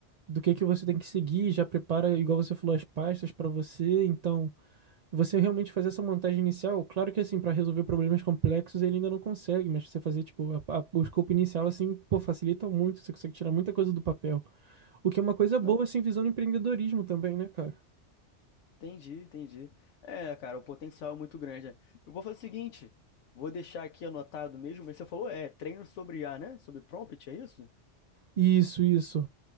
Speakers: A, on the right; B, on the left.
A: do que que você tem que seguir, já prepara, igual você falou, as pastas para você, então. você realmente fazer essa montagem inicial, claro que assim, para resolver problemas complexos ele ainda não consegue, mas você fazer tipo a- a- o escopo inicial assim, pô, facilita muito, você consegue tirar muita coisa do papel. O que é uma coisa boa
B: Não,
A: assim, visando empreendedorismo também, né, cara?
B: entendi, entendi. É, cara, o potencial é muito grande. né? Eu vou fazer o seguinte, vou deixar aqui anotado mesmo, mas você falou, é, treino sobre I a, né? Sobre prompt, é isso?
A: Isso, isso.